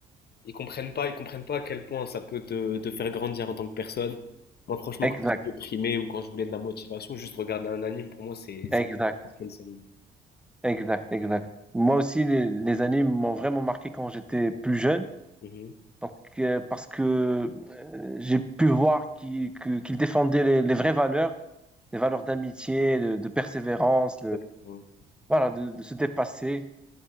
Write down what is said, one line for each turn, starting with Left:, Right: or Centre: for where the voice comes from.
Left: Ils comprennent pas, ils comprennent pas à quel point ça peut te, te faire grandir en tant que personne. Moi, franchement,
Centre: Exact,
Left: quand j'étais déprimé ou quand je voulais de la motivation, juste regarder un anime, pour moi, c'est
Centre: exact,
Left: c'est plus important qu'une série.
Centre: exact, exact. Moi aussi, les, les animes m'ont vraiment marqué quand j'étais plus jeune.
Left: Mhm.
Centre: Donc, euh, parce que euh, j'ai pu voir qu'ils que- qu'ils défendaient les, les vraies valeurs, les valeurs d'amitié, de, de persévérance,
Left: Exactement.
Centre: voilà, de, de se dépasser.